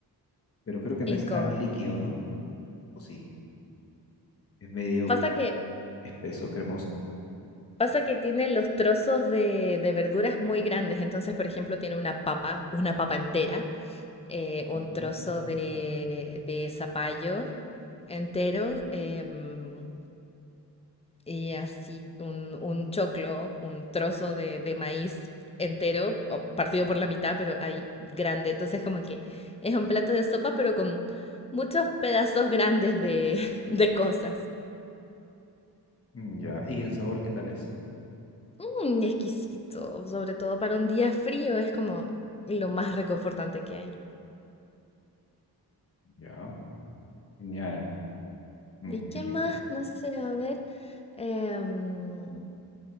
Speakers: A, on the left (about 35°); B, on the left (about 15°).
A: pero creo que no
B: Y
A: es
B: con...
A: tan líquido, ¿no? O sí, es medio
B: Pasa que,
A: espeso, cremoso.
B: pasa que tiene los trozos de, de verduras muy grandes. Entonces, por ejemplo, tiene una papa, una papa entera, eh, un
A: Ujú.
B: trozo de, de zapallo entero, em, Y así, un, un choclo, un trozo de, de maíz entero, o partido por la mitad, pero ahí grande. Entonces, como que es un plato de sopa, pero con muchos pedazos grandes de, <laughs> de cosas.
A: Mm, Ya, ¿y en sabor qué tal es?
B: Mm, exquisito, sobre todo para un día frío, es como lo más reconfortante que hay.
A: Ya, genial. Mm,
B: ¿Y qué
A: qué rico.
B: más? No sé, a ver. em,